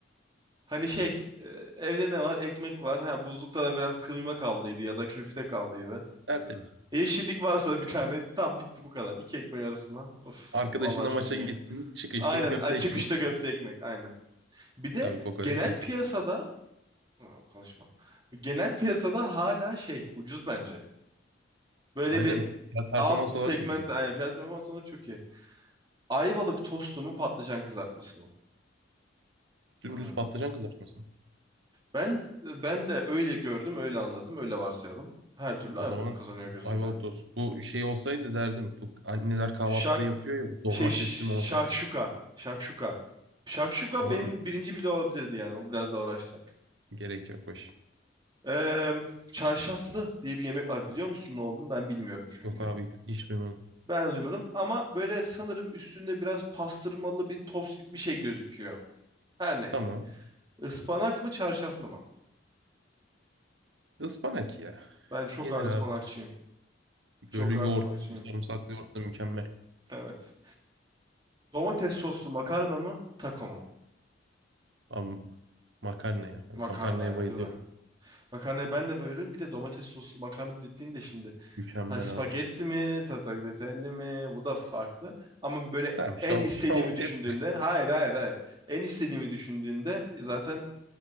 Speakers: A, on the right; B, on the right.
A: Hani şey e, evde ne var? Ekmek var. Ha buzlukta da biraz kıyma kaldıydı ya da köfte kaldıydı.
B: tertemiz.
A: E, Yeşillik varsa da bir tane. İşte Tamam bitti bu kadar. İki ekmek arasına. Of
B: Arkadaşınla
A: vallahi
B: maça
A: çok iyi.
B: gittin. Çık işte
A: Aynen
B: bir köfte
A: ay, çıkışta
B: ekmek.
A: köfte ekmek aynen. Bir de
B: Tabii kokoreç
A: genel
B: yoksa.
A: piyasada Aa, konuşma. Genel piyasada hala şey ucuz bence. Böyle
B: Aynen.
A: bir
B: Ya performans
A: alt segment
B: olarak çok iyi.
A: aynen fiyat performans olarak çok iyi. Ayvalık tostu mu patlıcan kızartması mı?
B: Dümdüz
A: Hmm.
B: patlıcan kızartması.
A: Ben ben de öyle gördüm, öyle anladım, öyle varsayalım. Her türlü
B: O
A: Ayvalık
B: zaman
A: kazanıyor gözümde.
B: Ayvalık tost. Bu şey olsaydı derdim. Bu anneler kahvaltıda
A: Şa
B: yapıyor ya. Domatesli
A: şey şakşuka.
B: momatesli.
A: Şakşuka. Şakşuka
B: Ona
A: benim
B: mı
A: birinci bile olabilirdi yani. O biraz daha uğraşsak.
B: gerek yok boş.
A: Ee, çarşaflı diye bir yemek var. Biliyor musun ne olduğunu? Ben bilmiyorum çünkü.
B: Yok abi hiç duymadım.
A: Ben de duymadım ama böyle sanırım üstünde biraz pastırmalı bir tost gibi bir şey gözüküyor. Her neyse.
B: Tamam.
A: Ispanak mı çarşaflı mı?
B: Ispanak ya.
A: Ben çok
B: Yenir
A: ağır ıspanakçıyım.
B: abi.
A: Çok
B: Böyle
A: ağır
B: yoğurt,
A: ıspanakçıyım.
B: sarımsaklı yoğurt da mükemmel.
A: Evet. Domates soslu makarna mı? Taco mu?
B: Abi makarna ya. Ben
A: Makarna
B: makarnaya
A: ya
B: bayılıyorum.
A: değil mi? Makarnaya ben de bayılıyorum. Bir de domates soslu makarna dediğinde şimdi
B: Mükemmel
A: ha spagetti
B: abi.
A: mi, tatakletelli mi bu da farklı. Ama böyle
B: Tamam şov,
A: en istediğimi
B: şovu kes.
A: düşündüğümde hayır hayır hayır. En istediğimi düşündüğünde zaten